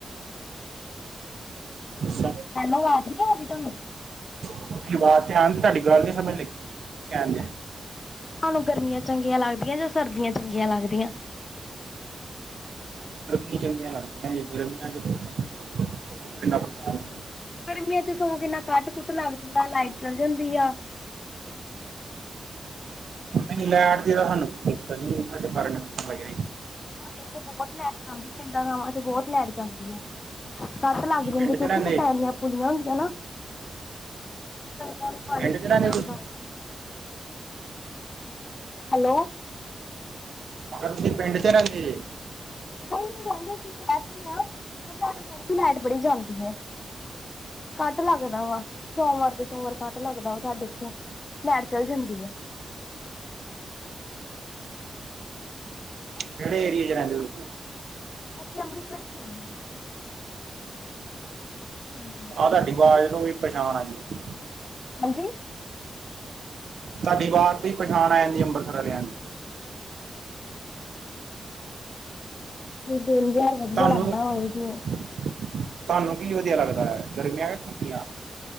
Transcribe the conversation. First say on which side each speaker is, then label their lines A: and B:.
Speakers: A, on the right (about 70°); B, on the left (about 35°).
A: ਸ
B: ਹੈਲੋ ਆਵਾਜ਼ ਨੀ ਆ ਰਹੀ ਤੁਹਾਨੂੰ?
A: ਤੁ ਆਵਾਜ਼ ਤੇ ਆਉਣ ਤੇ ਤੁਹਾਡੀ ਗੱਲ ਨੀ ਸਮਝ ਲੱਗੀ ਕੀ ਕਹਿਣਡੇ।
B: ਹਾਂਨੂੰ ਗਰਮੀਆਂ ਚੰਗੀਆਂ ਲੱਗਦੀਆਂ ਜਾਂ ਸਰਦੀਆਂ ਚੰਗੀਆਂ ਲੱਗਦੀਆਂ।
A: ਗਰਮੀਆਂ ਚੰਗੀਆਂ ਲਗਦੀਆਂ ਜੇ ਗਰਮੀਆਂ ਚ <unintelligible>
B: ਗਰਮੀਆਂ ਚ ਸਗੋਂ ਕਿੰਨਾ ਕੱਟ ਕੁੱਟ ਲੱਗ ਜਾਂਦਾ ਲਾਈਟ ਚਲ ਜਾਂਦੀ ਆ।
A: ਨਹੀਂ ਲੈਟ ਦੀ ਤਾਂ ਸਾਨੂੰ ਕੋਈ ਦਿੱਕਤ ਨੀ ਸਾਡੇ ਘਰ ਇਨਵਰਟਰ ਲੱਗਿਆ
B: ਸਾਡੇ ਇਥੇ ਬਹੁਤ ਲੈਟ ਜਾਂਦੀ ਪਿੰਡਾਂ ਗਾਵਾਂ ਚ ਬਹੁਤ ਲੈਟ ਜਾਂਦੀ ਹੈ। ਕੱਟ ਲੱਗ ਜਾਂਦੇ
A: ਪਿੰਡ ਚ
B: ਕਿਉਂਕਿ
A: ਰਹਿੰਦੇ
B: ਤਾਂ ਪੈਲੀਆਂ ਪੂਲੀਆਂ ਹੁੰਦੀਆਂ ਨਾ। ਕਣਕਾਂ ਨੂੰ ਪਾਣੀ-ਪੂਣੀ
A: ਪਿੰਡ ਚ ਰਹਿੰਦੇ
B: ਲੱਗਦਾ।
A: ਤੁਸੀਂ
B: ਹੈਲੋ
A: ਕਲਸੀ ਪਿੰਡ ਚ ਰਹਿੰਦੀ ਏ।
B: ਨਈ-ਨਈ ਰਹਿੰਦੇ ਅਸੀਂ ਸ਼ਹਿਰ ਚ ਹੀ ਹ ਪਰ ਸਾਡੇ ਫਿਰ ਵੀ ਲਾਈਟ ਬੜੀ ਜਾਂਦੀ ਹੈ। ਕਤ ਲੱਗਦਾ ਵਾ ਸੋਮਵਾਰ ਦੇ ਸੋਮ ਚੋਰ ਕਟ ਲੱਗਦਾ ਵਾ ਸਾਡੇ ਉੱਥੇ ਲੈਟ ਚੱਲ ਜਾਂਦੀ ਆ।
A: ਕਿਹੜੇ ਏਰੀਏ ਚ ਰਹਿੰਦੇ ਤੁਸੀ।
B: ਅਸੀਂ ਅੰਮ੍ਰਿਤਸਰ ਚ ਰਹਿੰਦੇ ਹਾਂ ਹਾਂਜੀ
A: ਆਹ ਤੁਹਾਡੀ ਵਾਜ ਨੂੰ ਵੀ ਪਛਾਣ ਆਈ।
B: ਹਾਂਜੀ
A: ਤੁਹਾਡੀ ਵਾਜ ਤੇ ਹੀ ਪਛਾਣ ਆ ਜਾਂਦੀ ਅੰਮ੍ਰਿਤਸਰ ਵਾਲਿਆਂ ਦੀ।
B: ਦਿਨ ਜਿਹਾ ਵਧੀਆ
A: ਤੁਹਾਨੂੰ
B: ਲੱਗਦਾ ਵਾ ਉੰੰਝ।
A: ਤੁਹਾਨੂੰ ਕੀ ਵਧੀਆ ਲੱਗਦਾ ਹੈ-ਗਰਮੀਆਂ ਕੇ ਸਰਦੀਆਂ?